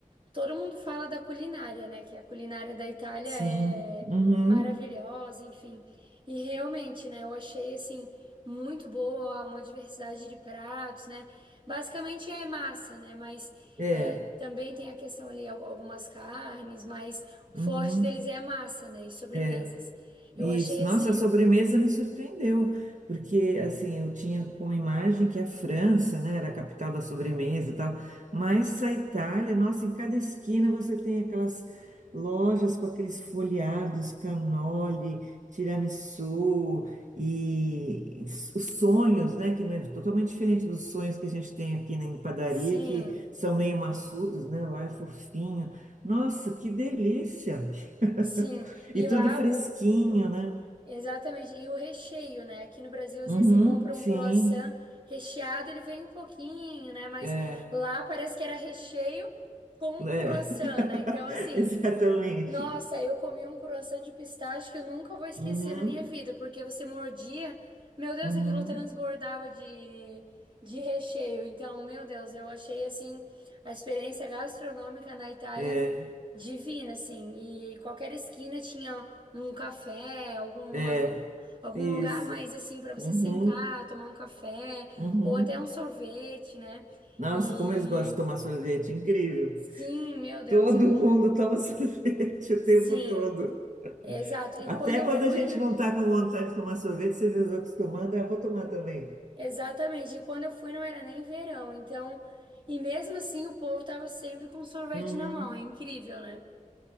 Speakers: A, on the right; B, on the right.
A: Todo mundo fala da culinária, né? Que a culinária da Itália
B: Sim,
A: é
B: uhum.
A: maravilhosa, enfim. E realmente, né? Eu achei assim muito boa, uma diversidade de pratos, né? Basicamente é massa, né? Mas
B: É,
A: é, também tem a questão ali al- algumas carnes, mas o
B: uhum.
A: forte deles é a massa, né? E sobremesas.
B: É.
A: Eu
B: Isso,
A: achei assim,
B: nossa, a sobremesa me surpreendeu, porque assim, eu tinha como imagem que a França, né, era a capital da sobremesa e tal, mas a Itália, nossa, em cada esquina você tem aquelas lojas com aqueles folheados, cannoli, tiramisu e os sonhos, né, que não é totalmente diferente dos sonhos que a gente tem aqui na em padaria,
A: sim,
B: que são meio maçudos, né, lá é fofinho. Nossa, que delícia! <laughs>
A: sim. E
B: E
A: lá
B: tudo fresquinho,
A: o
B: né?
A: Exatamente. E o recheio, né? Aqui no Brasil, às
B: Uhum,
A: vezes você compra um
B: sim,
A: croissant recheado, ele vem um pouquinho, né? Mas
B: é,
A: lá parece que era recheio com
B: né,
A: croissant, né? Então,
B: <laughs>
A: assim,
B: exatamente.
A: nossa, eu comi um croissant de pistache que eu nunca vou esquecer
B: Uhum,
A: na minha vida, porque você mordia, meu Deus,
B: uhum,
A: aquilo transbordava de, de recheio. Então, meu Deus, eu achei assim a experiência gastronômica na Itália
B: é,
A: divina, assim. E qualquer esquina tinha um café, alguma,
B: é,
A: algum
B: isso.
A: lugar mais assim para você
B: Uhum,
A: sentar, tomar um café
B: uhum.
A: ou até um sorvete, né?
B: Nossa,
A: E
B: como eles gostam de tomar sorvete, incrível.
A: sim, meu Deus,
B: Todo
A: é muito.
B: mundo toma <laughs> sorvete o
A: Sim.
B: tempo todo.
A: Exato. E
B: Até
A: quando eu
B: quando
A: fui,
B: a gente
A: né?
B: não está com vontade de tomar sorvete, você vê os outros tomando, ah, vou tomar também.
A: Exatamente. E quando eu fui não era nem verão, então, e mesmo assim o povo tava sempre com sorvete
B: Uhum.
A: na mão. É incrível, né?